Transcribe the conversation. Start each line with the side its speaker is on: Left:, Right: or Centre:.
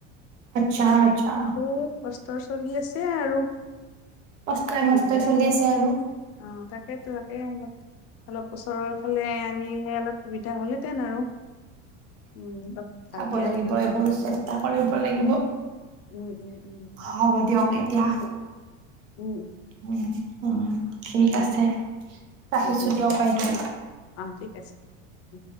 Right: আচ্ছা আচ্ছা
Left: বহুত ক উ্তৰ চলি আছে আৰু
Right: কষ্টই মষ্টই
Left: অ
Right: চলি আছে আৰু
Left: তাকেইতো তাকে অলপ ওচৰৰ ফালে আনিলে অলপ সুবিধা হ'লহেতেন আৰু উম ভালকে
Right: চাব লাগিব
Left: আমি
Right: এইবোৰ চেষ্টা কৰিব লাগিব।
Left: উ', উম', উ- উ -উ অ
Right: হ'ব দিয়ক এতিয়া
Left: ',
Right: উম উম ঠিক আছে ৰাখিছো
Left: উ
Right: দিয়ক
Left: -উ
Right: বাইদেউ
Left: অ', ঠিক আছে। উ',